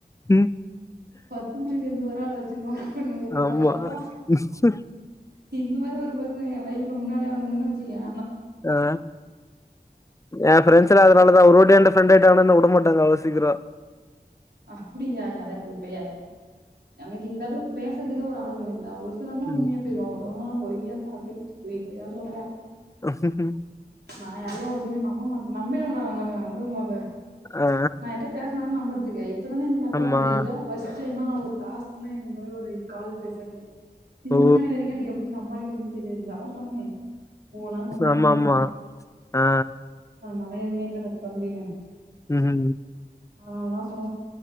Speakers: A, on the left; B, on the right.
A: ம்
B: பத்து மூளைைய சேந்து ஒரு ஆளா வச்சுன்னு ஒர்க் பண்ணுங்கிறடாப்பா
A: ஆமா <inaudible>
B: நீ இந்தமாரி ஒரு ஃபேர்சொன் ஏ லைப்ல முன்னாடியே வ ன்துந்தனா வெச்சிகியா
A: ஆ ஏ ஃப்ரெஷ்சலா ல்லாலதா ஒரு வாட்டி என்ட ஃப்ரண்ட் எவனாந்தாவுடமாட்டாங்க அளோ சீக்கிரோ
B: அப்புடியா எனக்கு இப்ப எனக்கு எனக்கு இந்தளவுக் பேசறதுக்கு ஒரு ஆள் வேண்டா ஒர் இவந்தா
A: ம்
B: உண்மையா <unintelligible> பொய்யா காஃப்ஃபி பொய் பொய்யா சொல்லுவா
A: ம்
B: நா யாரையு இவ்ளோ சீக்ரோ நம்ப மாட்டே நம்பிடுவே நானு அதுவு நா அத
A: ஆ
B: நா யார்ட்டையு பேசினா தானே இகயு இப்போதானே இந்த மாரியெல்லா
A: ஆமா
B: எனக்கு இதா ஃபஸ்டைம் ஆனா ஒரு டாஸ்க் ன்னு இந்த மாதிரி ஒரு இது கால் பேசுறே இதுக்
A: ஓ
B: முன்னாடி வரைக்கு எனக்கு எப்டி நம்பரு எனக்கு ஒன்னு தெரியாது அதான் சொன்னேன் ஓனா சம்பாதிக்கணும்டா
A: ஆமா ஆமா ஆ
B: அது எதுவுமே இல்லைட தம்பின்னு
A: உஹு
B: நாங்களாஸ் ஆ